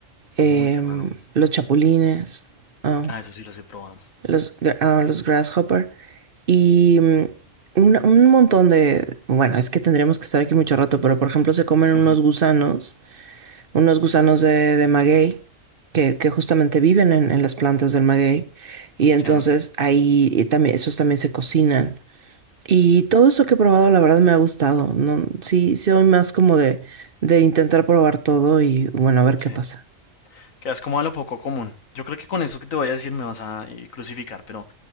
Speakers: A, on the right (about 45°); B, on the left (about 85°).
A: em,
B: Uy, qué raro.
A: los chapulines, ah,
B: Ah, eso sí los he probado.
A: los, ah, los Grasshopper. Y mm, un, un montón de... Bueno, es que tendríamos que estar aquí mucho rato, pero por ejemplo se comen
B: <laughs>
A: unos gusanos, unos gusanos de, de maguey, que, que justamente viven en, en las plantas del maguey. Y entonces
B: Sí,
A: ahí y también, esos también se cocinan. Y todo eso que he probado, la verdad me ha gustado. No, sí, sí, soy más como de, de intentar probar todo y bueno, a ver qué
B: sí.
A: pasa.
B: Quedas como a lo poco común. Yo creo que con eso que te voy a decir me vas a eh, crucificar, pero